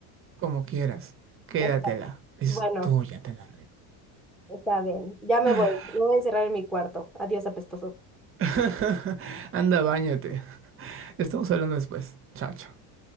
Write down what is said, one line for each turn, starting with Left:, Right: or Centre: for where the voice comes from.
Right: Como quieras, quédatela.
Centre: Está-
Right: Es
Centre: Bueno,
Right: tuya, te la
Centre: está bien. Ya me
Right: regalo.
Centre: voy. Me voy a encerrar en mi cuarto. Adiós, apestoso.
Right: <laughs> Anda, báñate. Estamos hablando después. Chao, chao.